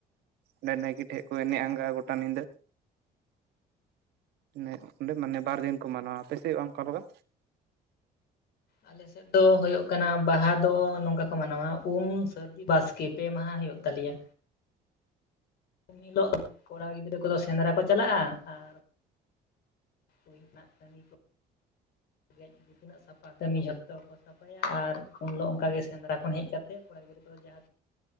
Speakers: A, on the right (about 75°); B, on the left (about 70°).
A: ᱚᱸ ᱱᱟᱭᱠᱤ ᱴᱷᱮᱡ ᱠᱚ ᱮᱱᱮᱡ ᱟᱸᱜᱟᱼᱟ ᱜᱚᱴᱟ ᱧᱤᱫᱟᱹ ᱮ ᱚᱸᱰᱮ ᱢᱟᱱᱮ ᱵᱟᱨ ᱫᱤᱱ ᱠᱚ ᱢᱟᱱᱟᱣᱟ ᱟᱯᱮᱥᱮ ᱚᱱᱠᱟ ᱞᱮᱠᱟ
B: ᱟᱞᱮ ᱥᱮᱫ ᱫᱚ ᱦᱩᱭᱩᱜ ᱠᱟᱱᱟ ᱵᱟᱦᱟ ᱫᱚ ᱱᱚᱝᱠᱟ ᱠᱚ ᱢᱟᱱᱟᱣᱟ ᱩᱢ ᱥᱟᱹᱨᱼᱼ ᱤ ᱵᱟᱥᱠᱮ ᱯᱮ ᱢᱟᱦᱟ ᱦᱩᱭᱩᱜ ᱛᱟᱞᱮᱭᱟ ᱩᱱ ᱦᱤᱞᱳᱜ ᱠᱚᱲᱟ ᱜᱤᱫᱽᱨᱟᱹ ᱠᱚᱫᱚ ᱥᱮᱸᱫᱽᱨᱟ ᱠᱚ ᱪᱟᱞᱟᱜᱼᱟ ᱟᱨᱼᱼ <unintelligible> <unintelligible> ᱥᱟᱯᱷᱟ ᱠᱟᱹᱢᱤ ᱡᱷᱚᱛᱚ ᱠᱚ ᱥᱟᱯᱷᱟᱭᱟ ᱟᱨ ᱩᱱ ᱦᱤᱞᱳᱜ ᱚᱱᱠᱟᱜ ᱜᱮ ᱥᱮᱸᱫᱽᱨᱟ ᱠᱷᱚᱱ ᱦᱮᱡ ᱠᱟᱛᱮ ᱠᱚᱲᱟ ᱜᱤᱫᱽᱨᱟᱹ ᱠᱚᱫᱚ ᱡᱟᱦᱟᱸᱼᱼ